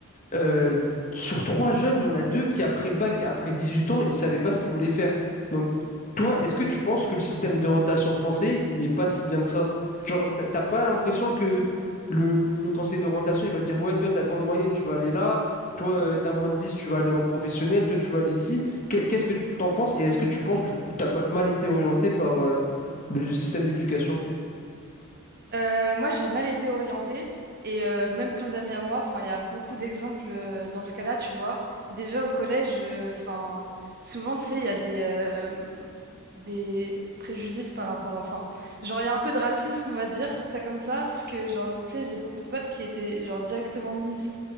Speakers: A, on the left; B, on the right.
A: euh, sur trois jeunes, il y en a deux qui, après le bac, après 18 ans, ils ne savaient pas ce qu'ils voulaient faire. Donc, toi, est-ce que tu penses que le système d'orientation français, il n'est pas si bien que ça? Genre, t'as t'as pas l'impression que le, le- le conseil d'orientation, il va dire, ouais, toi, t'as tant de moyenne, tu vas aller là. Toi, euh, t'as moins de 10, tu vas aller en professionnel. Toi, tu vas aller ici. Qu'est- Qu'est-ce que tu t'en penses? Et est-ce que tu penses, du coup, que t'as ma- mal été orienté par euh, le système d'éducation?
B: Euh, moi j'ai mal été orientée et euh, même plein d'amis à moi enfin il y a beaucoup d'exemples euh, dans ce cas-là tu vois. Déjà au collège euh, enfin souvent tu sais il y a des euh, des préjudices par rapport enfin genre il y a un peu de racisme on va dire ça comme ça parce que genre tu sais j'ai beaucoup de potes qui étaient genre directement mises